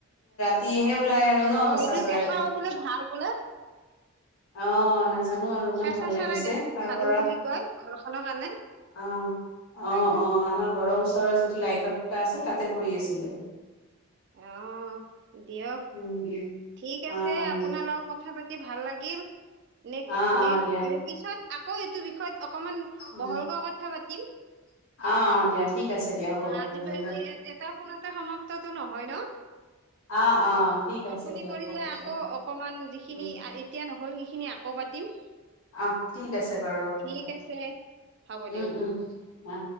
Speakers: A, on the left; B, on the right.
A: তিহে ওলাই আৰু ন
B: অ
A: ফেচা
B: এইটো
A: চৰাই
B: দেখাও বোলে ভাল বোলে
A: অ নাজান জানো আৰু ইমান
B: কেঁচা
A: ভাল লাগিছে
B: চৰাই দেখা
A: তাৰ
B: ভালো
A: পৰা
B: বুলি কয় ঘৰখনৰ কাৰণে
A: অ অ
B: হয় হয়
A: অ আমাৰ ঘৰৰ ওচৰৰ যিটো লাইটৰ আছিল তাতে পৰি আছিলে।
B: অ দিয়ক
A: উম উম
B: ঠিক আছে
A: অ
B: আপোনাৰ লগত কথা পাতি ভাল লাগিল। নে
A: অ অ
B: নেক্
A: দিয়া
B: পিছত আকৌ এইটো বিষয়ত অকমান
A: উম,
B: বহলকৈ কথা পাতিম।
A: অ অ দিয়া ঠিক আছে দিয়া হ'ব বাৰু
B: আজি
A: ধন্যবাদ
B: এ এটাও কোনোতে সমাপ্ত নহয় ন
A: অ অ ঠিক আছে
B: আপুনি
A: দিয়ক
B: কৰিলে
A: হ'ব
B: আকৌ
A: দিয়ক
B: অকমান যিখিনি
A: উম
B: এতিয়া নহ'ল সেইখিনি আকৌ পাতিম।
A: আহ ঠিক আছে বাৰু হ'ব
B: ঠিক
A: দিয়া
B: আছে হ'ব
A: উম
B: দিয়ক
A: উম উ।